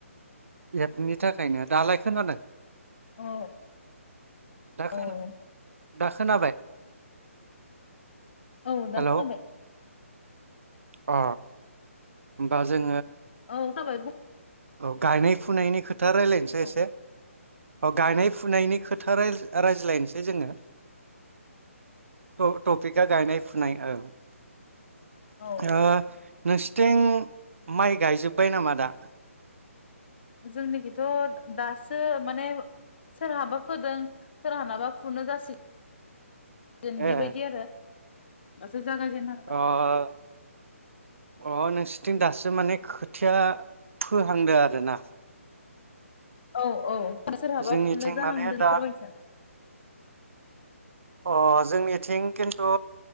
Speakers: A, on the right; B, on the left.
A: एपनि थाखायनो। दालाय खोनादों?
B: औ
A: दा
B: औ
A: खोना दा खोनाबाय
B: औ दा
A: हेलौ
B: खोनाबाय
A: अ होमबा जों
B: औ खोनाबाय बुं
A: औ गायनाय फुनायनि खोथा रायज्लायनोसै
B: औ
A: एसे औ गायनाय फु फुनायनि खोथा रायज्ला रायज्लायनोसै जोंङो औ थपिका गायनाय फुनाय औ ओ
B: औ
A: नोंसिथिं माइ गायजोब्बाय नामा दा
B: जोंनिखिथ' दासो माने सोरहाबा फोदों सोरहानाबा फुनो जासिग गोन
A: ए
B: बेबायदि आरो दासो जागायजेनहांदों
A: अ अ नों सिटिं दास माने खोथिया फोहांदो आरो ना
B: औ औ सोरहाबा
A: जोंनिथिं
B: फुनो जाहांदों
A: माने दा
B: फोरमायनो
A: अ जोंनिथिं खिन्थु